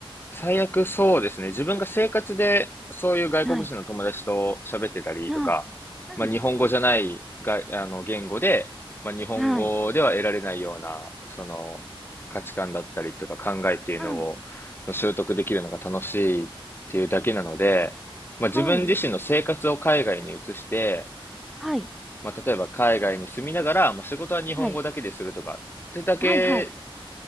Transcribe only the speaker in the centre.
はい。はい。はい。
はい。
はい。
はい。はい。
はい。はい。はい。